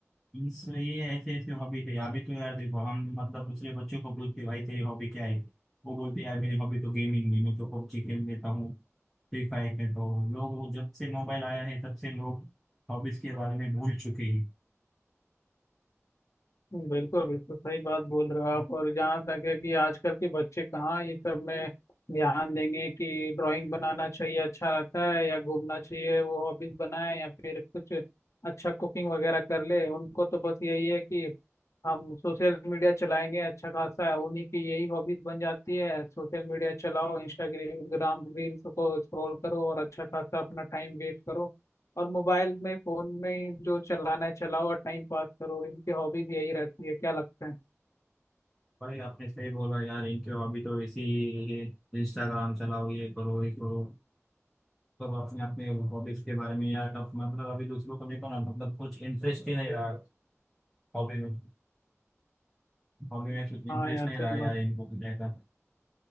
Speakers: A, in the centre; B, on the left.
A: इस ये ऐसे ऐसे हॉबी थे अभी तो यार देखो हम मतलब दूसरे बच्चों को पूछते भाई तेरी हॉबी क्या है वो बोलते यार मेरी हॉबी तो गेमिंग है मैं तो पबजी खेल लेता हूँ फ्री फायर के तो लोग वो जब से मोबाइल आया है तब से लोग हॉबीज के बारे में भूल चुके हैं
B: बिल्कुल बिल्कुल सही बात बोल रहे हो आप और जहाँ तक है कि आजकल के बच्चे कहाँ ये सब में ध्यान देंगे कि ड्राइंग बनाना चाहिए अच्छा रहता है या घूमना चाहिए वो हॉबीज बनाए या फिर कुछ अच्छा कुकिंग वगैरह कर ले उनको तो बस यही है कि हम सोशल मीडिया चलाएंगे अच्छा खासा उन्हीं की यही हॉबीज बन जाती है सोशल मीडिया चलाओ इंस्टाग्राम रील्स को स्क्रॉल करो और अच्छा खासा अपना टाइम वेस्ट करो और मोबाइल में फोन में ही जो चलाना है चलाओ और टाइम पास करो इनकी हॉबीज यही रहती है क्या लगता है
A: भाई आपने सही बोला यार इनके हॉबी तो ऐसी ही है इंस्टाग्राम चलाओ ये करो ये करो सब अपने अपने हॉबीज के बारे में यार कब मतलब अभी दूसरों को देखो ना मतलब कुछ इंटरेस्ट ही नहीं रहा हॉबी में हॉबी में कुछ
B: हाँ
A: इंटरेस्ट
B: यार
A: नहीं
B: सही
A: रहा यार
B: बात
A: इनको कुछ ऐसा